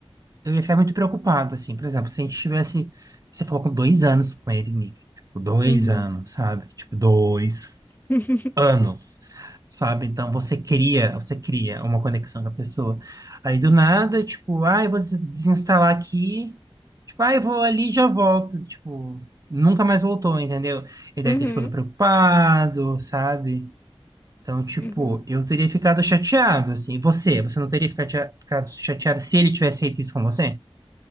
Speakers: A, on the right; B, on the left.
A: eu ia ficar muito preocupado, assim. Por exemplo, se a gente tivesse. Você falou com dois anos com ele, amiga. Tipo, dois
B: Uhum.
A: anos, sabe? Tipo, dois.
B: <laughs>
A: anos, sabe? Então você cria, você cria uma conexão com a pessoa. Aí do nada, tipo, ah, eu vou des- desinstalar aqui, tipo, ah, eu vou ali e já volto, tipo, nunca mais voltou, entendeu? Ele
B: Uhum.
A: deve ter ficado preocupado, sabe? Então, tipo,
B: Uhum.
A: eu teria ficado chateado, assim. Você, você não teria ficado chate- ficado chateado se ele tivesse feito isso com você?